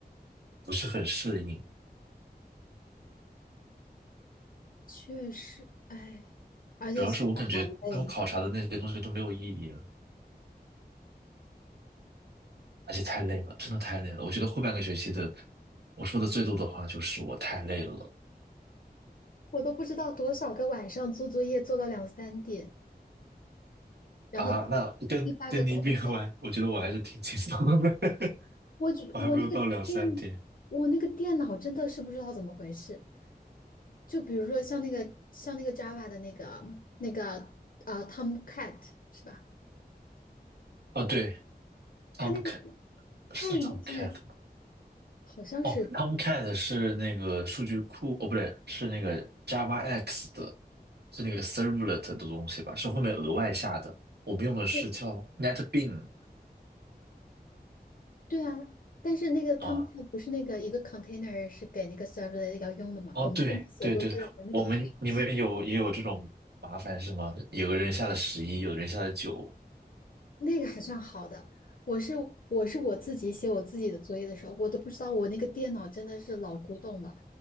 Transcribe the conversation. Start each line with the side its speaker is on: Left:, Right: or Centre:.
Right: 不是很适应。
Left: 确实，哎，而且写的好累。
Right: 主要是我感觉他们考察的那些东西都没有意义。而且太累了，真的太累了。我觉得后半个学期的，我说的最多的话就是我太累了
Left: 我都不知道多少个晚上做作业做到两三点，然后第
Right: 啊。那跟跟你比完，
Left: 第八个搞不出来。
Right: 我觉得我还是挺轻松的，<laughs>
Left: 我就我那个电，
Right: 我还没有到两三点。
Left: 我那个电脑真的是不知道怎么回事。就比如说像那个像那个 Java 的那个那个呃 Tomcat 是吧？
Right: 哦，对
Left: 它那个
Right: ，Tomcat
Left: 配置
Right: 是 Tomcat 吗？
Left: 好像是
Right: 哦，Tomcat 是那个数据库，哦，不对，是那个 Java X 的，是那个 Servlet 的东西吧？是后面额外下的。我们用的是叫
Left: 对
Right: n e t b e a n
Left: 对啊，但是那个 Tomcat
Right: 啊。
Left: 不是那个一个 container 是给那个 server 要用的嘛？
Right: 哦，
Left: 我们这么写作业的人那个配置。
Right: 对对对对，我们你们有也有这种麻烦是吗？有个人下了十一，有人下了九。
Left: 那个还算好的。我是我是我自己写我自己的作业的时候，我都不知道我那个电脑真的是老古董了，